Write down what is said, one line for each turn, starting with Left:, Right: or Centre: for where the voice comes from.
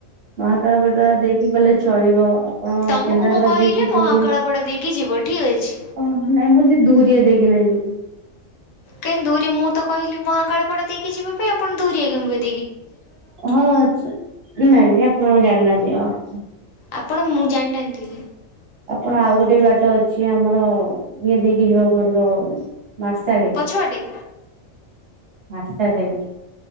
Right: ମହାକାଳପଡ଼ା ଦେଇକି ଗଲେ ଚଳିବ। ଓ
Left: ତୁମକୁ
Right: କେନ୍ଦ୍ରାପଡା
Left: ମୁଁ କହିଲି
Right: ଦେଇକି
Left: ମହାକାଳପଡ଼ା
Right: ଦୁରିଆ
Left: ଦେଇକି ଯିବ ଠିକ୍ ଅଛି
Right: ଓ ନାଇଁ ମୁଁ ଦରିଆ ଦେଇ <unintelligible>
Left: କାଇଁ ଦୁରିଆ ମୁଁ ତ କହିଲି ମହାକାଳପଡ଼ା ଦେଇକି ଯିବା ପାଇଁ। ଆପଣ ଦୁରିଆ କଣପାଇଁ
Right: ହଁ ନାଇଁ ନାଇଁ ଆପଣ ଜାଣିନାହାନ୍ତି ଆଉ।
Left: ଆପଣ ମୁଁ ଜାଣିନାହାନ୍ତି।
Right: ଆପଣ ଆଉ ଗୋଟେ ବାଟ ଅଛି ଆମର ଇଏ ଦେଇକି ଯିବାକୁ ପଡିବ। ମାର୍ଶାଘାଇ
Left: ପଛୁଆଟେ।
Right: ହାରର୍ଶାଘାଇ।